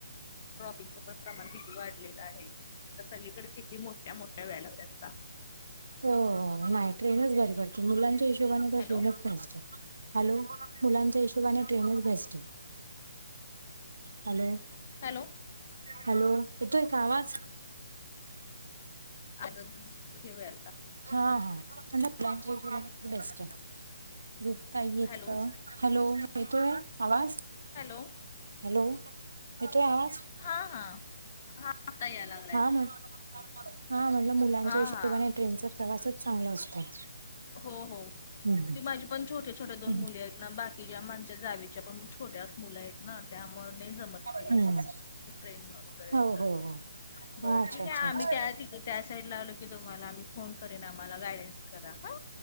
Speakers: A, on the left; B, on the right.
A: ट्रॉपिक स क्रमाण किती वाढलेलं आहे आता सगळीकडे स्िती मोठ्या मोठ्या व्यायला लागतात आता
B: हो नाही ट्रेनच बरी पडते मुलांच्या हिशोबाने तर
A: हॅलो
B: ट्रेनच पते हॅलो मुलांच्या हिशोबाने ट्रेनच भेस्ट आहे हॅलो
A: हॅलो
B: हॅलो येतोय का आवाज
A: आता ठेवला
B: हा हाण बेस्ट आहे गप काही येत
A: हॅलो
B: हॅलो येतोय आवाज
A: हॅलो
B: हॅलो येतो आहे आवाज
A: हा हा हा आता याय लागलाय
B: हा म हा म्हटलं मुलांच्या
A: हा
B: हिशोबाने
A: हा
B: ट्रेनचा प्रवासच चांगला असतो
A: हो हो ते
B: हम्म
A: माझे पण छ होते छोट्या दोन
B: हम्म
A: मुले आहेत ना बाकी ज्या माण जावीच्या पण छोट्याच मुलं आहेत ना त्यामुळे नाही जमतते
B: हम्म
A: ट्रेन वगैरेच
B: हो हो हो
A: बर
B: अच्छा
A: ठीक
B: अच्छा
A: आहे आम्ही
B: अच्छा
A: त्या तिक त्या साईड ला आलो की तुम्हालाम मी फोन करेन आम्हाला गायडन्स करा हा.